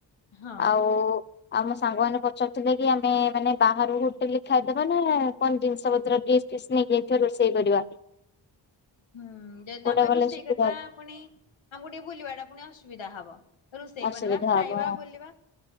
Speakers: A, on the left; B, on the left.
A: ହଁ
B: ଆଉ ଆଉ ମୋ ସାଙ୍ଗମାନେ ପଚାରୁଥିଲେ କି ଆମେ ମାନେ ବାହାରୁ ହୋଟେଲରେ ଖାଇଦେବା ନା କଣ ଜିନିଷ ପତ୍ର ଡିସ୍ ଫିସ୍ ନେଇକ ଯାଇଥିବା ରୋଷେଇ କରିବା,
A: ହୁଁ ଯଦି
B: କୋଉଟା
A: ତ ଆମେ
B: କଲେ
A: ରୋଷେଇ
B: ସୁବିଧା
A: କରିବା
B: ହବ
A: ପୁଣି ଆମକୁ ଟିକେ ବୁଲିବା ଟା ପୁଣି ଅସୁବିଧା ହବ, ରୋଷେଇ
B: ଅସୁବିଧା
A: ବନିବା ଖାଇବା
B: ହବ
A: ବୁଲିବା